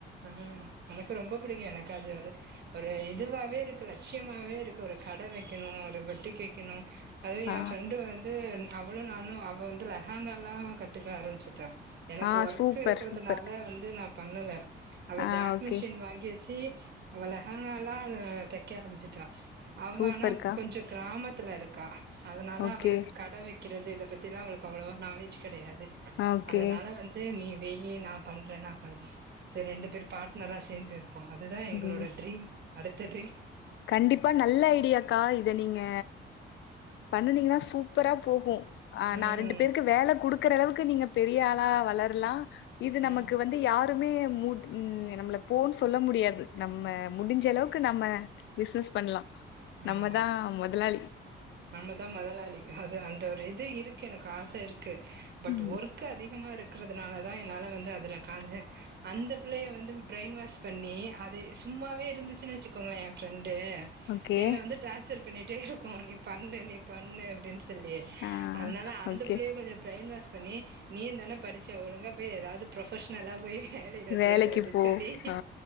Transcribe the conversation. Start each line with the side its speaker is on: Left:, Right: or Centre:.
Right: ம் எனக்கு ரொம்ப புடிக்கு எனக்கு அது அது ஒரு இதுவாவே இருக்கு லட்சியமாவே இருக்கு ஒரு கட வைக்கணு ஒரு பொட்டிக் வைக்கணு அது ஏ
Left: ஆ.
Right: ஃப்ரெண்டு வந்து அவளு நானு அவ வந்து லெகங்காலா கத்துக்க ஆரம்பிச்சிட்டா எனக்கு
Left: ஆ
Right: ஒர்க்கு
Left: சூப்பர்,
Right: இருக்குறதுனால
Left: சூப்பர்.
Right: வந்து நா பண்ணுல அவ
Left: ஆ
Right: ஜாக்
Left: ஓகே.
Right: மிஷின் வாங்கி வச்சி அவ லெகாங்கலா அ தெக்க ஆரம்ச்சிட்டா அவே
Left: சூப்பர்க்கா.
Right: ஆனா கொஞ்சோ கிராமத்துல இருக்கா அதனால
Left: ஓகே,
Right: அவளுக்கு கட வெக் கிறது இத பத்திலா அவளுக்கு அவ்ளோவா நாலேஜ் கெடையாது
Left: ஓகே.
Right: அதனால வந் து நீ வெய்யி நா பண்றே நா பண்ற செரி ரெண்டு பேர் பார்ட்னரா சேந்து வெப்போ அதுதா எங்களோட
Left: ம்.
Right: ட்ரீம் அடுத்த ட்ரீம்
Left: கண்டிப்பா நல்ல ஐடியாக்கா இத நீங்க பண்ணுனீங்கனா சூப்பரா போகு ஆ
Right: ம்
Left: நா ரெண்டு பேருக்கு வேல குடுக்குற அளவுக்கு நீங்க பெரிய ஆளா வளர்லா இது நமக்கு
Right: ம்
Left: வந்து யார் டுமே முட் ம் நம்மள போன் சொல்ல முடியாது நம்ம முடிஞ்சளவுக்கு நம்ம பிஷ்னஸ் பண்லா நம்ம
Right: ஆமா
Left: தா மொதலாளி
Right: நம்ம தா மொதலாளி அது அந்த ஒரு இது இருக்கு எனக்கு ஆச இருக்கு பட்டு
Left: ம்
Right: ஒர்க்கு அதிகமா இருக்றதுனாலதா என்னால வந்து அதுல கான்செ அந்த புள்ளைய வந்து பிரைன் வாஷ் பண்ணி அது சும்மாவே இருந்துச்சுன் வச்சுக்கோங்க ஏ ஃப்ரெண்டு
Left: ஓகே
Right: என்ன வந்து டிராச்சர் பண்ணிட்டேருக்கு நீ பண்ணு நீ பண்ணு அப்டின் சொல்லி
Left: ஆ
Right: அதனால அந்த
Left: ஓகே
Right: புள்ளைய கொஞ்சோ பிரைன் வாஷ் பண்ணி நீயுந்தான படிச்ச ஒழுங்கா போய் எதாவது ப்ரொஃபஷ்னலா போய் வேலைல
Left: வேலைக்கு
Right: சேரு அப்டின்
Left: போ
Right: சொல்லி
Left: ஆ